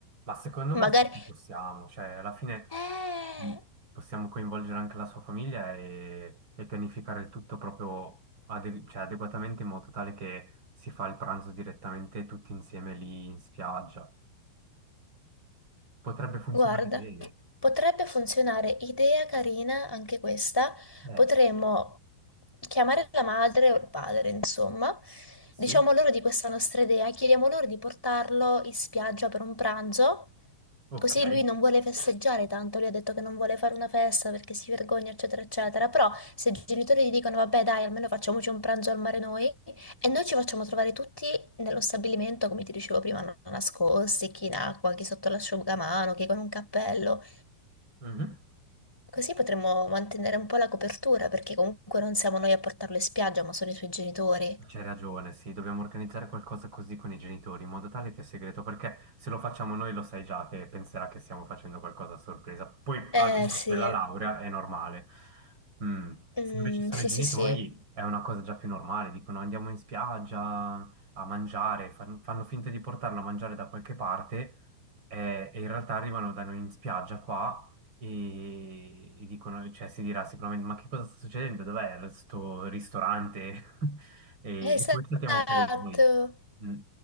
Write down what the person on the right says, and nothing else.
Ma secondo me
sì, ci possiamo, cioè alla fine
mh, possiamo coinvolgere anche la sua famiglia e, e pianificare il tutto proprio adegu- cioè, adeguatamente in modo tale che si fa il pranzo direttamente tutti insieme lì in spiaggia. Potrebbe funzionare
bene.
Eh,
sì,
ok.
Mhm.
C'hai ragione, sì, dobbiamo organizzare qualcosa così con i genitori, in modo tale che è segreto, perché se lo facciamo noi lo sai già che penserà che stiamo facendo qualcosa a sorpresa. Poi
al giorno
della laurea è normale. Mm,
Se invece sono
i genitori
è una cosa già più normale, dicono andiamo in spiaggia a mangiare, fan- fanno finta di portarlo a mangiare da qualche parte eh, e in realtà arrivano da noi in spiaggia qua e, e dicono, cioè si dirà sicuramente, ma che cosa sta succedendo? Dov'è lo- sto ristorante? <laughs> E,
e poi saltiamo fuori noi. Mm.